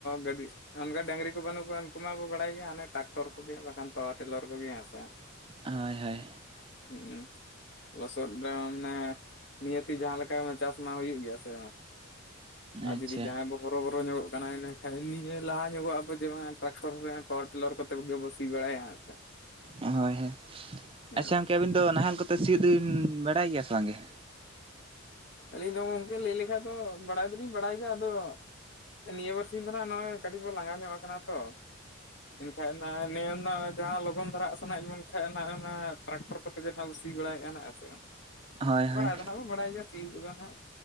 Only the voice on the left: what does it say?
ᱜᱟᱹᱰᱤ ᱚᱱᱠᱟ ᱰᱟᱹᱝᱨᱤ ᱠᱚ ᱵᱟᱹᱱᱩᱜ ᱠᱚᱣᱟ ᱩᱱᱠᱩ ᱢᱟ ᱵᱚ ᱵᱟᱲᱟᱭ ᱜᱮᱭᱟ ᱦᱟᱱᱮ ᱴᱨᱟᱠᱴᱚᱨ ᱠᱚᱜᱮ ᱵᱟᱠᱷᱟᱱ ᱯᱟᱣᱟᱨ ᱴᱤᱞᱟᱨ ᱠᱚᱜᱮ ᱦᱮᱸᱥᱮ᱾
ᱦᱩᱸᱜ-ᱩᱸ ᱞᱚᱥᱚᱫ ᱛᱟᱞᱦᱮ ᱢᱟᱱᱮ ᱱᱤᱭᱟᱹᱛᱤ ᱡᱟᱦᱟᱸ ᱞᱮᱠᱟᱭ ᱢᱮ ᱪᱟᱥ ᱢᱟ ᱦᱩᱭᱩᱜ ᱜᱮᱭᱟ ᱥᱮ᱾ ᱟᱨ
ᱡᱩᱫᱤ ᱡᱟᱦᱟᱸᱭ ᱵᱚ ᱦᱚᱨᱚᱵᱚᱨᱚ ᱧᱚᱜᱚᱜ ᱠᱟᱱᱟᱭ ᱤᱱᱟᱹᱠᱷᱟᱡ ᱱᱤ-ᱮ ᱞᱟᱦᱟ ᱧᱚᱜᱚᱜ ᱟᱵᱚ ᱡᱮ ᱵᱟᱝ ᱴᱨᱟᱠᱴᱚᱨ ᱨᱮ ᱯᱟᱣᱟᱨ ᱴᱤᱞᱟᱨ ᱠᱚᱛ ᱛᱮᱵᱟ ᱜᱮᱵᱚ ᱥᱤ ᱵᱟᱲᱟᱭᱟ ᱦᱮᱸ ᱥᱮ᱾
ᱦᱮᱸ
ᱟᱹᱞᱤᱧ ᱫᱚ ᱜᱚᱝᱠᱮ ᱞᱟᱹᱭ ᱞᱮᱠᱷᱟᱡ ᱫᱚ ᱵᱟᱲᱟᱭ ᱫᱚᱞᱤᱧ ᱵᱟᱲᱟᱭ ᱜᱮᱭᱟ ᱟᱫᱚ ᱱᱤᱭᱟᱹ ᱵᱟᱨᱥᱤᱧ ᱫᱚ ᱱᱟᱦᱜ ᱱᱚᱜᱼᱚᱭ ᱠᱟᱹᱴᱤᱡ ᱵᱚ ᱞᱟᱸᱜᱟ ᱧᱚᱜ ᱟᱠᱟᱱᱟ ᱛᱚ᱾ ᱮᱱᱠᱷᱟᱡ ᱚᱱᱟ ᱱᱤᱭᱟᱹ ᱨᱮᱱᱟᱜ ᱡᱟᱦᱟᱸ ᱞᱚᱜᱚᱱ ᱫᱷᱟᱨᱟᱜ ᱥᱟᱱᱟᱭᱮᱫ ᱵᱚᱱ ᱠᱷᱟᱡ ᱱᱟᱦᱜ ᱚᱱᱟ ᱴᱨᱟᱠᱴᱚᱨ ᱠᱚᱛᱮᱜᱮ ᱱᱟᱜ ᱵᱚ ᱥᱤ ᱵᱟᱲᱟᱭᱮᱫᱼᱟ ᱱᱟᱜ ᱦᱮᱸ ᱥᱮ ᱵᱟᱝ᱾
ᱵᱟᱲᱟᱭ ᱫᱚ ᱱᱟᱦᱜ ᱵᱚ ᱵᱟᱲᱟᱭ ᱜᱮᱭᱟ ᱥᱤᱭᱳᱜ ᱠᱚᱜᱮ ᱱᱟᱦᱜ᱾